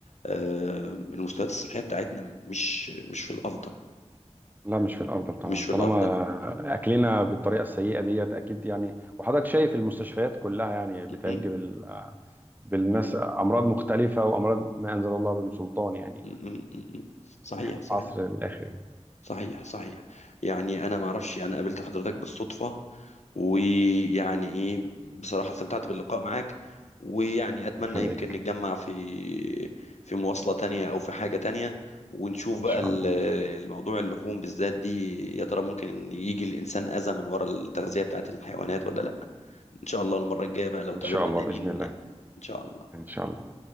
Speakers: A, on the left (about 75°); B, on the right (about 15°).
A: آه، المستويات الصحيه بتاعتنا مش مش في الافضل
B: لا مش في الافضل طبعا
A: مش في
B: طالما
A: الافضل
B: اكلنا بالطريقه السيئه ديت اكيد يعني وحضرتك شايف المستشفيات كلها يعني بتعج
A: م- م-
B: بال بالناس امراض مختلفه وامراض ما انزل الله بهم سلطان يعني
A: م- م- م- م. صحيح
B: احنا
A: صحيح
B: في عصر الاخر يعني.
A: صحيح صحيح يعني انا ما اعرفش يعني انا قابلت حضرتك بالصدفة ويعني ايه بصراحة استمتعت باللقاء معاك ويعني اتمنى
B: خليك
A: يمكن نتجمع في في مواصلة تانية او في حاجة تانية ونشوف
B: ان
A: بقى
B: شاء
A: ال-
B: الله
A: الموضوع اللحوم بالذات دي يا ترى ممكن يجي الانسان اذى من ورا التغذية بتاعت الحيوانات ولا لا ان شاء الله المرة الجاية بقى لو
B: ان
A: اتقابلنا
B: شاء الله
A: تاني
B: باذن الله
A: ان شاء الله
B: ان شاء الله